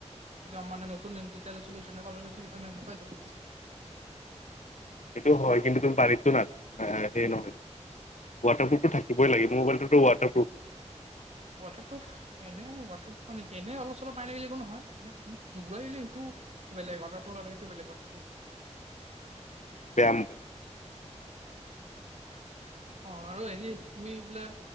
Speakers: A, on the right (about 65°); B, on the left (about 80°).
A: এতিয়া মানে নতুন যেতিয়া লৈছিলো তেনেকা চলৈছো এতিয়া এনেকাই চলছে।
B: সেইটো হয় কিন্তু তুমি বাৰীতটো না সেই নহয়। ৱাটাৰপ্ৰুফটো থাকিবই লাগে মোৰ মোবাইলটোতো ৱাটাৰপ্ৰুফ
A: ৱাটাৰপ্ৰুফ এনে ৱাটাৰপ্ৰুফ মানে কি এনে অলপ চলপ পানী পৰিলে একো নহয় এ জুবুয়ালে সেইটো বেলেগ ৱাটাৰপ্ৰুফ টো বেলেগ হয়।
B: ব্যায়াম
A: অ আৰু হেৰি তুমি বোলে